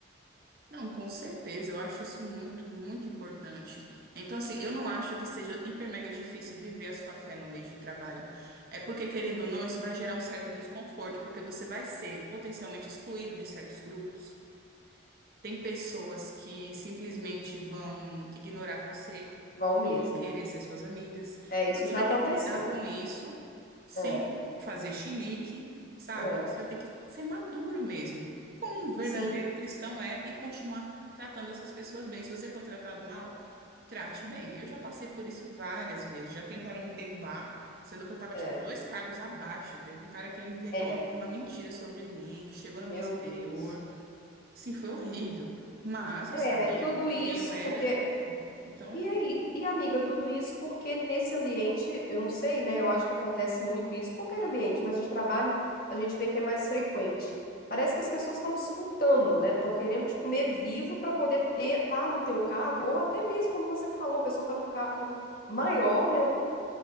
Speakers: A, on the right; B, on the left.
A: Não, com certeza, eu acho isso muito, muito importante. Então, assim, eu não acho que seja hiper mega difícil viver a sua fé no meio de trabalho. É porque, querendo ou não, isso vai gerar um certo desconforto, porque você vai ser potencialmente excluído de certos grupos. Tem pessoas que simplesmente vão ignorar você,
B: Vão mesmo.
A: não vão querer ser suas amigas.
B: É, isso
A: E você
B: já
A: vai
B: aconteceu.
A: ter que lidar com isso sem
B: É,
A: fazer chilique, sabe?
B: é,
A: Você vai ter que ser maduro mesmo, como um verdadeiro
B: sim,
A: cristão é, e continuar tratando essas pessoas bem. Se você for tratado mal, trate bem. Eu já passei por isso várias vezes. Já tentaram me derrubar, sendo que eu tava,
B: é,
A: tipo, dois cargos abaixo. Teve um cara que inventou
B: é,
A: uma uma mentira sobre mim, que chegou na minha
B: meu
A: superior.
B: Deus.
A: Sim, foi horrível. Mas
B: É,
A: eu sabia
B: e tudo isso
A: quem eu era.
B: porque.
A: É. Então,
B: E aí, e amiga, tudo isso porque nesse ambiente, eu não sei, né? Eu acho que acontece muito isso, qualquer ambiente, mas de trabalho a gente vê que é mais frequente. Parece que as pessoas estão disputando, né? Estão querendo te comer vivo para poder ter, tá no teu cargo, ou até mesmo, como você falou, a pessoa está num cargo maior, né?